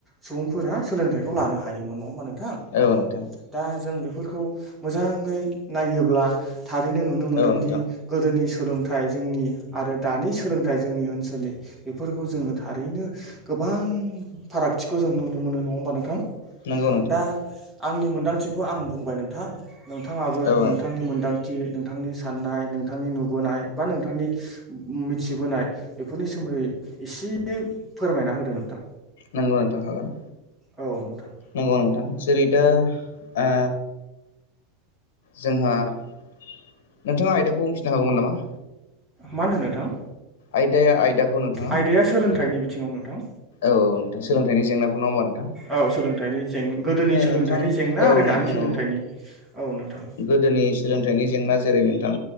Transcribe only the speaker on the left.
नंगौ औ नोंथां
औ नोंथां
नंगौ नोंथां।
औ
नोंथां
नंगौ नोंथां हागोन।
नंगौ नोंथां जेरै दा ओ जोंहा नोंथाङा आयदाखौ बुंथिनो हागौमोन नामा?
आयदाया आयदाखौ नोंथाङा?
औ नोंथां सोलोंथायनि जेंनाखो नङा होनबा?
नोंथां
औ
नोंथां
औ
गोदोनि सोलोंथाइनि जेंना जेरै नोंथां